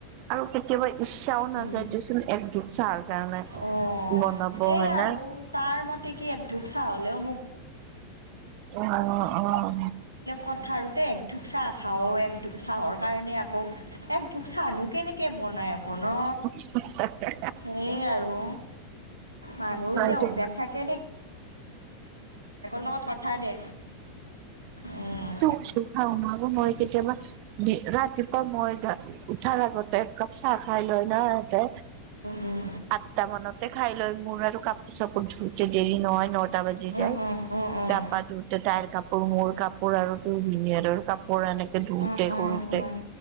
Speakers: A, on the right; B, on the right.
A: আৰু কেতিয়াবা ইচ্ছাও নাযায়
B: উম।
A: দেচোন, একঢোক চাহৰ কাৰণে
B: অ',
A: বনাব।
B: সেই
A: হয়
B: আৰু
A: নে?
B: তাৰ মতে কি এক ঢোক চাহ হলেও
A: অ', অ',
B: কথা আৰু। এক ঢোক চাহ খাও। এক ঢোক চাহৰ কাৰণে আকৌ এক ঢোক চাহ আনো কেনে কে বনায় আকৌ ন?
A: <inaudible>
B: সেই আৰু। মানুহ
A: হয়টো
B: যে এই অভ্যাসৰ লগত কথাই দে। উম,
A: বস্তু খাও নহয়। আকৌ মই কেতিয়াবা দি ৰাতিপুৱা মই গা উঠাৰ আগতে কাপ চাহ খাই লয় না ইহঁতে।
B: উম,
A: আঠটা মানতে খাই লয়। মোৰ আৰু কাপোৰ চাপোৰ ধুওঁতে দেৰি নহয়, নটা বাজি
B: উম,
A: যায়।
B: উম, উম, উম।
A: গা পা ধুওতে তাইৰ কাপোৰ, মোৰ কাপোৰ আৰু তোৰ ভিনিয়েৰৰ কাপোৰ। পৰা এনেকে ধোওতে
B: উম, উম,
A: কৰোতে
B: উম,